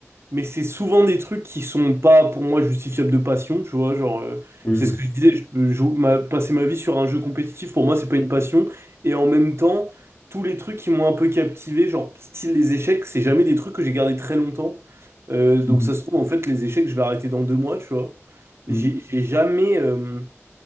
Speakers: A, on the right (about 55°); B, on the left (about 20°).
A: mais c'est souvent des trucs qui sont pas pour moi justifiables de passion, tu vois, genre euh,
B: Mhm.
A: c'est ce que je disais, je peux jou- ma- passer ma vie sur un jeu compétitif pour moi c'est pas une passion et en même temps tous les trucs qui m'ont un peu captivé, genre style les échecs, c'est jamais des trucs que j'ai gardé très longtemps. Euh, donc
B: Mhm.
A: ça se trouve en fait les échecs je vais arrêter dans deux mois, tu vois. J'ai
B: Mhm.
A: j'ai jamais euh,